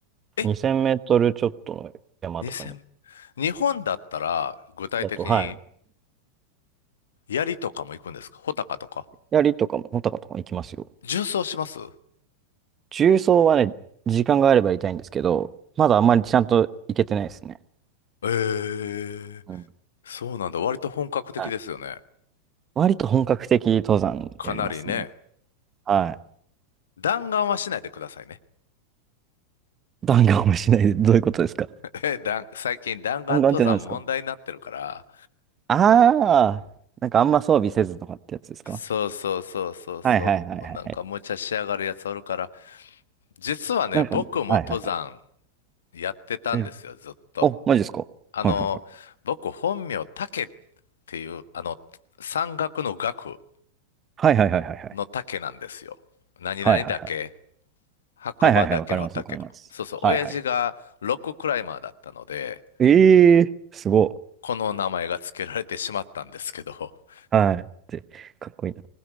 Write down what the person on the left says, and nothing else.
え、
2000、日本だったら、具体的に、
槍とかも行くんですか穂高とか
縦走します
えー、
そうなんだ。割と本格的ですよね。
かなりね。
弾丸はしないでくださいね。
<laughs> え、弾最近弾丸登山問題になってるから。
そうそうそうそうそう。
なんか無茶しやがるやつおるから、実はね、
僕も登山
やってたんですよ、
ずっと。
あの、僕本名、竹っていう、あの、山岳の岳
の竹なんですよ。何々岳、
白馬岳の竹とか。
そうそう、
親父がロッククライマーだったので、
この名前が付けられてしまったんですけど、<laughs>